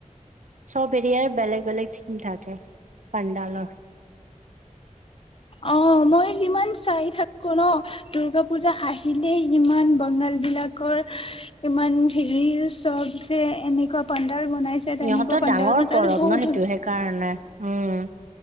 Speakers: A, on the right; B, on the left.
A: চব এৰিয়াৰ বেলেগ বেলেগ থিম থাকে পানডালৰ।
B: অ মই যিমান চাই থাকো ন দুৰ্গা পূজা আহিলেই ইমান বঙালবিলাকৰ ইমান হেৰি চব যে এনেকুৱা পাণ্ডাল বনাইছে তেনেকুৱা
A: ইহঁতৰ
B: পাণ্ডাল
A: ডাঙৰ
B: বনাইছে
A: পৰৱ
B: আৰু বহুত
A: ন সেইটো
B: ধুন
A: সেইকাৰণে উম।